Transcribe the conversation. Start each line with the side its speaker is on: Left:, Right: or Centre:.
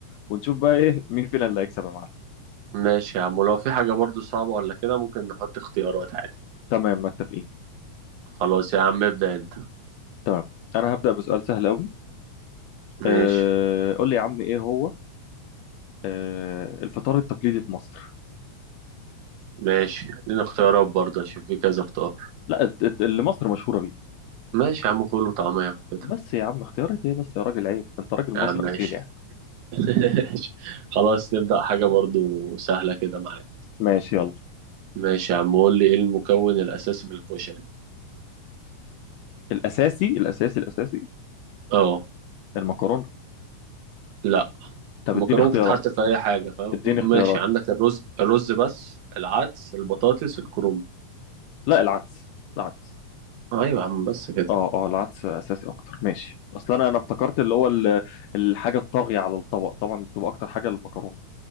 Left: ونشوف بقى ايه <laughs> مين فينا اللي هيكسب يا معلم
Right: ماشي يا عم ولو في حاجة برضو صعبة ولا كده ممكن نحط اختيارات عادي
Left: تمام متفقين
Right: خلاص يا عم ابدأ انت
Left: تمام انا هبدا بسؤال سهل قوي
Right: ماشي
Left: أه قول لي يا عم ايه هو أه الفطار التقليدي في مصر
Right: ماشي اديني اختيارات برضه عشان في كذا اختيار
Left: لا الت- الت- اللي مصر مشهوره بيه
Right: ماشي يا عم فول وطعمية وكده
Left: بس يا عم اختيارات ايه بس يا راجل عيب انت راجل مصري
Right: يا عم ماشي
Left: اصيل يعني
Right: <laughs> ماشي. خلاص نبدأ حاجة برضو سهلة كده معاك
Left: ماشي يلا
Right: ماشي يا عم قول لي ايه المكون الأساسي في الكشري
Left: الاساسي الاساسي الاساسي
Right: اه
Left: المكرونه
Right: لا
Left: طب
Right: المكرونة
Left: اديني اختيارات
Right: ممكن تتحط في أي حاجة فاهم
Left: اديني اختيارات
Right: ماشي عندك الرز الرز بس العدس البطاطس الكرنب
Left: لا العدس العدس
Right: ايوه يا عم بس كده
Left: اه اه العدس اساسي اكتر ماشي اصل انا انا افتكرت اللي هو ال- الحاجه الطاغيه على الطبق طبعا بتبقى اكتر حاجه المكرونه